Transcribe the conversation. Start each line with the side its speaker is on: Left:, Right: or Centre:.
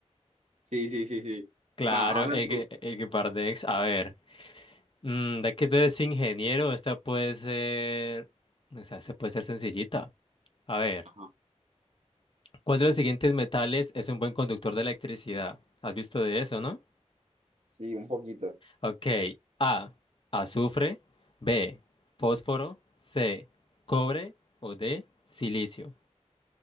Right: Sí, sí, sí, sí.
Left: Claro,
Right: Va, ahora
Left: el
Right: tú.
Left: que, el que Pardex, a ver. mm, de que tú eres ingeniero, esta puede ser. O sea, se puede ser sencillita. A ver,
Right: Ajá.
Left: ¿cuál de los siguientes metales es un buen conductor de electricidad? ¿Has visto de eso, no?
Right: Sí, un poquito.
Left: Ok. A. Azufre. B. Fósforo. C. Cobre. O D. Silicio.